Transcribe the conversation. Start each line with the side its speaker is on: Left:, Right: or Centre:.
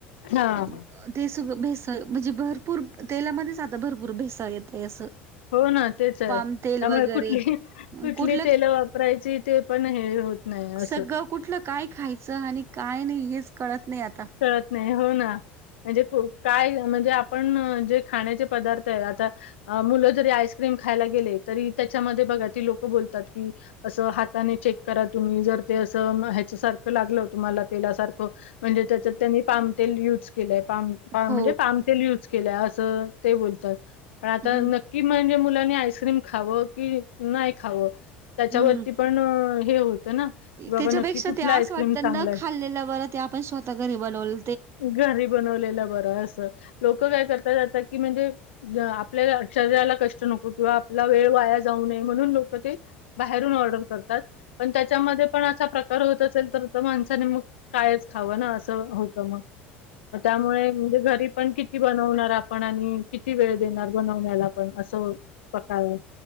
Right: ह
Left: हां.
Right: ते सुग भेसळ म्हणजे भरपूर तेलामध्येच आता भरपूर भेसाळ येत आहे असं
Left: हो ना तेच आहे
Right: पाम
Left: त्यामुळे
Right: तेल वगैरे
Left: कुठली कुठली
Right: कुठलं
Left: तेल वा वापरायची ते पण हे होत नाही
Right: सगळं
Left: असं.
Right: कुठलं काय खायचं? आणि काय नाही? हेच कळत नाही आ
Left: कळत नाही हो ना म्हणजे काय म्हणजे आपण जे खाण्याचे पदार्थ आहे आता अ मुलं जरी आईस्क्रीम खायला गेले तरी त्याच्यामध्ये बघा ती लोक बोलतात. की असं हाताने चेक करा तुम्ही जर ते असं ह्याच्या सारखं लागलं तुम्हाला तेलासारखं म्हणजे त्याच्यात त्यांनी पामतेल युज केलय पाम म्हणजे
Right: हो
Left: पामतेल युज केल्या अस ते बोलतात पण आता
Right: हम्म
Left: कि म्हणजे मुलांनी आईस्क्रीम खावं की नाही खावं? त्याच्यावरती
Right: हम्म
Left: पण हे होतं ना की बाबा
Right: त्याच्यापेक्षा
Left: नक्की कुठला
Right: ते असं
Left: आईस्क्रीम
Right: वाटतं
Left: चांगला आहे
Right: <inaudible> ते आपण स्वतः घरी बनवल
Left: घरी बनवलेला बरं असं लोक काय करता जातात की म्हणजे आपल्या शरीराला को किंवा आपला वेळ वाया जाऊ नये म्हणून लोक ते बाहेरून त्याच्यामध्येण प्रकार होत असेल तर माण मग काय खाव होत मग त्यामुळे म्हणजे घरी पण किती बनवणार आपण आणि किती वेळ देणार बनवण्याला पण असं पकार